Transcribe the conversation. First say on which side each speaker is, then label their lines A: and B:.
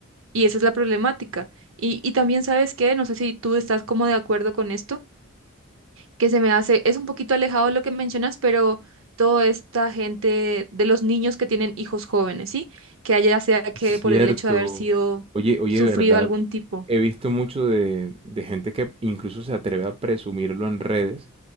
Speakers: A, on the right; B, on the right.
A: Y esa es la problemática. Y, y también, ¿sabes qué? No sé si tú estás como de acuerdo con esto que se me hace, es un poquito alejado de lo que mencionas, pero toda esta gente de los niños que tienen hijos jóvenes, ¿sí? Que haya sea que
B: Cierto.
A: por el hecho de haber sido
B: Oye, oye,
A: sufrido
B: ¿verdad?
A: algún tipo.
B: He visto mucho de, de gente que incluso se atreve a presumirlo en redes